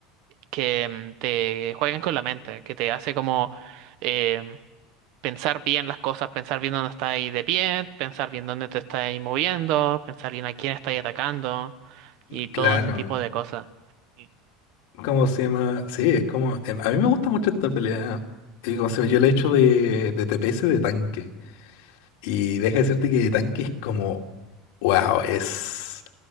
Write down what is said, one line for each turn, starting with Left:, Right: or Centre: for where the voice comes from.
Right: que mm, te juegan con la mente, que te hace como... em, pensar bien las cosas, pensar bien dónde está ahí de pie, pensar bien dónde te está ahí moviendo, pensar bien a quién está ahí atacando y todo
Left: claro.
Right: ese tipo de cosas. Y
Left: ¿Cómo se llama? Sí, es como. em, A mí me gusta mucho esta pelea. Y como se ve, yo la he hecho de, de TPS de tanque. Y deja de decirte que de tanque es como. ¡Wow! Es.